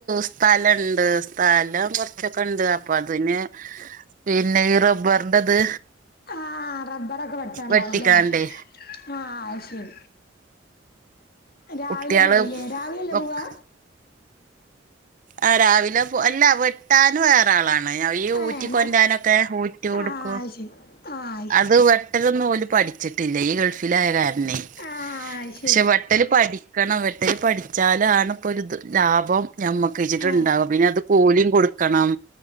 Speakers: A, on the right (about 45°); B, on the left (about 50°).
A: സ്ഥലണ്ട് സ്ഥലം കുറച്ചൊക്കെ ഉണ്ട് അപ്പൊ അതിന് പിന്നെ ഈ റബ്ബറിന്റെത്
B: ആ റബ്ബറൊക്കെ വെട്ടാണ്ടാവല്ലേ
A: വെട്ടിക്കാണ്ടേ
B: ആഹ് അത് ശരി രാവിലെ
A: കുട്ട്യാള്
B: പോവില്ലേ രാവിലെല്ല
A: ഒക്കെ
B: പോവാ?
A: ആ രാവിലെ പോ അല്ല വെട്ടാന വേറ രാളാണ് ഈ
B: ഏഹ്
A: ഊറ്റി കൊണ്ടാനൊക്കെ
B: ന
A: ഊറ്റ കൊടുക്കും
B: ആഹ് അത് ശരി ആഹ്
A: അത് ഒട്ടതൊന്നും ഓലു പഠിച്ചിട്ടില്ല ഈ ഗൾഫിലായ കാരണെ
B: അത്
A: പക്ഷെ
B: ശരി
A: വെട്ടൽ പഠിക്കണം വെട്ടൽ പഠിച്ചാലാണ് ഇപ്പോ ഒരു ലാഭം ഞമ്മക്കച്ചിട്ടുണ്ടാവും
B: ആഹ് അത് ശരി ആഹ്
A: പിന്നെ അത് കൂലിയും കൊടുക്കണം